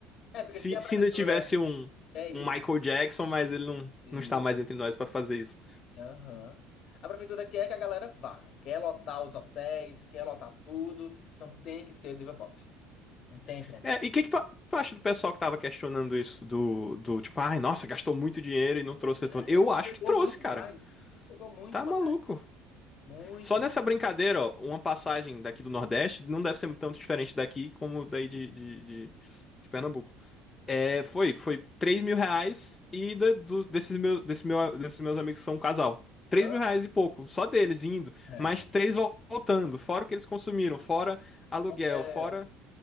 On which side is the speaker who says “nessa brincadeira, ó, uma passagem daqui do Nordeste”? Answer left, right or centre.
Left